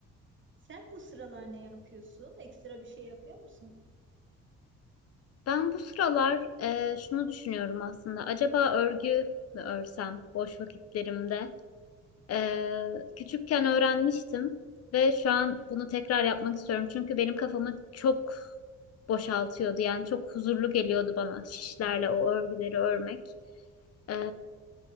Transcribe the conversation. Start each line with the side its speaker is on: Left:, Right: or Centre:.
Right: Sen bu sıralar ne yapıyorsun? Ekstra bir şey yapıyor musun?
Left: Ben bu sıralar e, şunu düşünüyorum aslında acaba örgü mü örsem boş vakitlerimde? Ee, küçükken öğrenmiştim ve şu an bunu tekrar yapmak istiyorum. Çünkü benim kafamı çok boşaltıyordu. Yani çok huzurlu geliyordu bana şişlerle o örgüleri örmek. Ee,